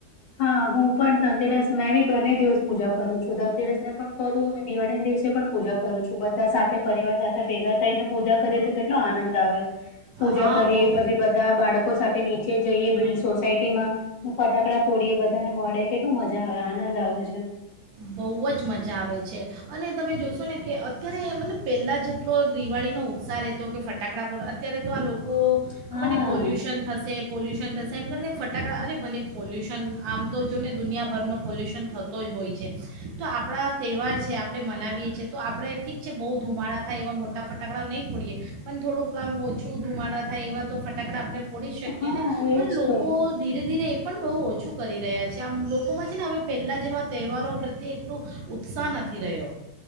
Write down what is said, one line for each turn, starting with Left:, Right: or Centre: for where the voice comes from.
Left: હા, હું પણ ધનતેરસ મેં બી બંને દિવસ પૂજા કરું છું, ધનતેરસ ને પણ. કરું, અને દિવાળીને દિવસે પણ પૂજા કરું છું, બધા સાથે પરિવાર સાથે ભેગા થઈને, પૂજા કરીએ તો કે એલો આનંદ આવે, પૂજા
Right: હા
Left: કરીએ,
Right: બહુ
Left: પછી બધા બાળકો લોકો સાથે નીચે જઈ બધા સોસાયટીમાં ફટાકડા થોડીએ બધા ને મળે, કેટલું મજા આવે, આનંદ આવે છે.
Right: બહુ જ મજા આવે છે. અને તમે જોશો ને કે, અત્યારે મતલબ પહેલાં જેટલો દિવાળીનો ઉત્સાહ હતો કે, ફટાકડા ફોડ અત્યારે તો આ લોકો
Left: હા
Right: ખબર નહી, પોલ્યુશન થશે, પોલ્યુશન થશે, એમ કરીને ફટાકડા અરે ભલે પોલ્યુશન, આમ તો જો ને દુનિયાભરનો પોલ્યુશન થત તો જ હોય છે, તો આપણા તહેવાર છે, આપણે મનાવીએ છીએ તો, આપણેથી બહુ ધુમાડા થાય, એવા મોટા નહીં. પણ થોડુંક આમ ઓછું ધુમાડા થાય, એવા તો ફટાકડા આપણે ફોડી શકીએ
Left: હા
Right: ને,
Left: એજ
Right: પણ લોકો
Left: તો
Right: ધીરે-ધીરે એ પણ બહુ ઓછું કરી રહ્યા છે, આમ લોકોમાં છે ને, હવે પહેલા જેવા તહેવારો પ્રત્યે એટલો ઉત્સાહ નથી રહ્યો.